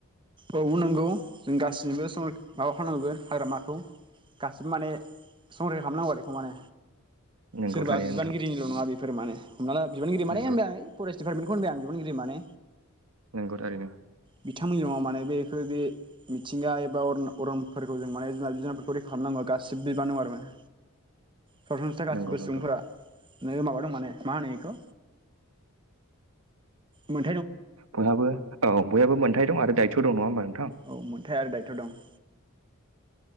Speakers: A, on the right; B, on the right.
A: औ नंगौ जों गासैसिबो <unintelligible> हाग्रामाखौ गासिबो माने संरैखा खालामनांगौ आरो बेखौ माने।
B: नोंगौ
A: सोरबा
B: थारैनो
A: बिबानगिरिनिल'
B: नोंथां
A: नङा बे फोर माने। हमना ला बिबानगिरि माने
B: नोंगौ
A: ओमबाय फरेस्ट दिपारमेन्टखौ होनबाय आं बिबानगिरि माने
B: नोंगौ थारैनो।
A: बिथांमोननि न'आव माने बेखौ बे मिथिंगा एबा अरन अरनफोरखौ जों माने जुनार जुनारफोरखौ रैखा खालामनांगौआ गासिबो बिबान नं आरो माने सरासनस्रा गासिबो
B: नोंगौ नोंथां
A: सुबुंफोरा नोङो माबा दं माने मा होनो बेखौ मोन
B: बयहाबो औ बयहाबो मोनथथाय दं दायथ' दं नङा नों
A: औ मोनथाय आरो दायथ' दं